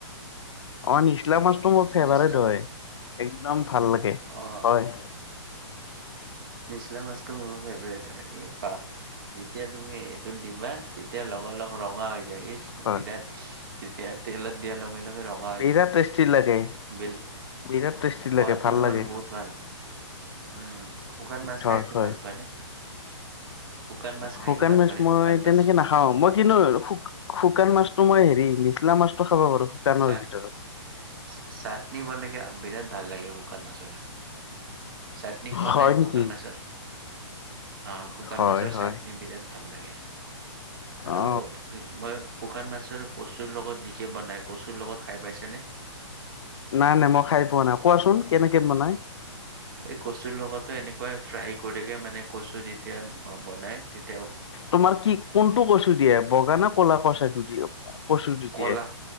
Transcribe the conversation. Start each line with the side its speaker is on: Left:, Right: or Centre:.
Left: অ, নিচলা মাছটো মোৰ ফেভাৰেট
Right: নিচলা
Left: হয়।
Right: মাছ
Left: একদম ভাল লাগে,
Right: অ
Left: হয়।
Right: নিচলা মাছটো মোৰো ফেভৰেট হয়, এই বা যেতিয়া তুমি এইটোত দিবা তেতিয়া লগৰ-লগ ৰঙা যায়, এই‌ছ‌
Left: হয়
Right: বিৰাত তেতিয়া তেলত দিয়া লগে-লগে ৰঙা
Left: বিৰাট
Right: হৈ যায়
Left: টেষ্টি লাগে
Right: বেলেগ
Left: বিৰাট টেষ্টি
Right: সোৱাদটো
Left: লাগে ভাল
Right: তোমাৰ
Left: লাগে
Right: বহুত ভাল। উম, শুকান মাছ
Left: হয়
Right: খাই
Left: হয়
Right: ভাল পোৱা নে? শুকান মাছ খাই
Left: শুকান
Right: কি ভাল
Left: মাছ
Right: পোৱা নে
Left: মই
Right: শুকান
Left: তেনেকে
Right: মাছ
Left: নাখাও। মই কিন্তু শুক-শুকান মাছতটো মই হেৰি লা মাছটো খাব পাৰো শুকানৰ
Right: চাট-চাটনি
Left: ভিতৰত
Right: বনকে বিৰাট ভাল লাগে শুকান মাচৰে। চাটনি খোৱা
Left: হয়
Right: নাই শুকান
Left: নেকি
Right: মাছৰ? অ', শুকান
Left: হয়
Right: মাছৰ
Left: হয়
Right: চাটনি বিৰাট ভাল লাগে, আৰু
Left: অ
Right: মই শুকান মাছৰ কচুৰ লগত নিকে বনাই কচুৰ লগত খাই পাইছেনে?
Left: নাই নাই, মই খাই পোৱা নাই। কোৱাচোন কে কেনেকে বনাই?
Right: এই কচুৰ লগতো এনেকুৱাই ফ্ৰাই কৰিলে মানে কচু যেতিয়া বনাই তে
Left: তোমাৰ কি কোনটো কচ দিয়ে। বগা না ক'লা কচাটো দিয়ে? কচুটো
Right: কলা
Left: দিয়ে,